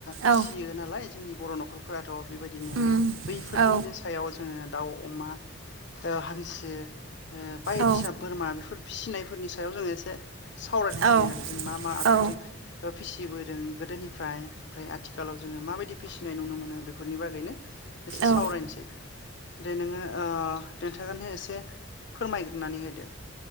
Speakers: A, on the left; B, on the right.
A: फिसियो
B: औ
A: नालाय जोंनि बर' न'खरफ्रा थ' बेबायदिनो
B: उम
A: बैफोरनिनो
B: औ
A: सायाव जोङो दाउ अमा ओ हानसो ओ बायदिसा
B: औ
A: बोरमा बिफोर फिसिनायफोरनि सायाव जोङो एसे सा नोसै
B: औ
A: आरो जों मा मा आदबजों
B: औ
A: ओ फिसिबोदों। उम गोदोनिफ्राय ओमफ्राय आथिखालाव जोङो माबायदि फिसिनाय नुनो मोनो बेफोरनि बागैनो एसे
B: औ
A: सावरायनोसै। आरो नोङो ओ नोंथांङानो एसे फोरमायगोरनानै होदो